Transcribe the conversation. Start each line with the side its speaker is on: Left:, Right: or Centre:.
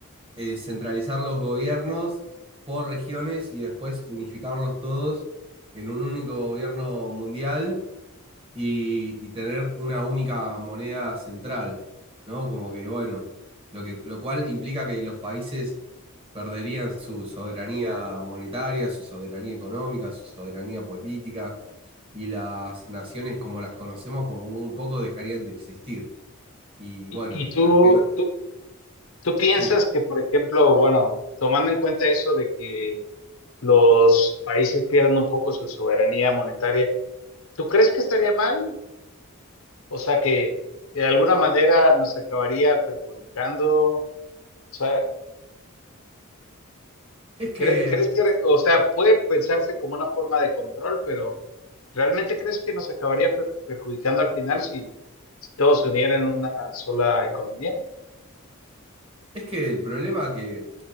Right: eh, centralizar los gobiernos por regiones y después unificarlos todos en un único gobierno mundial y, y tener una única moneda central, ¿no? Como que, bueno, lo que, lo cual implica que los países perderían su soberanía monetaria, su soberanía económica, su soberanía política, y las naciones como las conocemos como un poco dejarían de existir. Y
Left: ¿Y,
Right: bueno,
Left: y tú,
Right: la agenda...
Left: tú, tú piensas
Right: Sí.
Left: que, por ejemplo, bueno, tomando en cuenta eso de que los países pierdan un poco su soberanía monetaria, ¿tú crees que estaría mal? O sea que, que de alguna manera nos acabaría perjudicando. O sea,
Right: Es que
Left: ¿cre- ¿crees, que, re- o sea, puede pensarse como una forma de control, pero ¿realmente crees que nos acabaría per- perjudicando al final si, si todos se unieran en una sola economía?
Right: Es que el problema que